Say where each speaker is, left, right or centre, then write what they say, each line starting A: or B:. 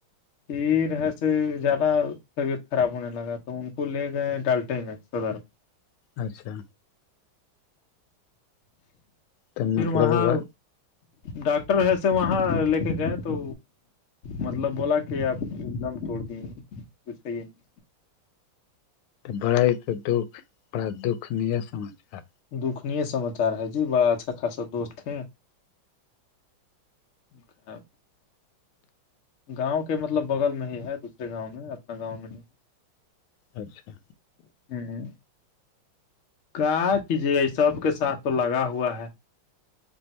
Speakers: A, on the left (about 55°); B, on the left (about 90°).
A: پیر ہےس زیادہ طبیعت خراب ہونے لگا تو ان کو لے گئے ڈالٹے گئے صدر میں
B: اچھا تو مطلب
A: پھر وہاں
B: ہوا
A: ڈاکٹر ہےسے وہاں لے کے گئے تو مطلب بولا کہ آپ ایک دم توڑ دیے کچھ صیے نہیں
B: بڑا ہی تو دکھ بڑا دکھ ن سماچار
A: دکھنی سماچار ہے جی بڑا اچھا خاصا دوست ہیں ا کا <unintelligible> گاؤں کے مطلب بغل میں ہی ہے دوسرے گاؤں میں اپنا گاؤں میں نہیں
B: اچھا
A: ہوں کا کیجے گا یہ سب کے ساتھ تو لگا ہوا ہے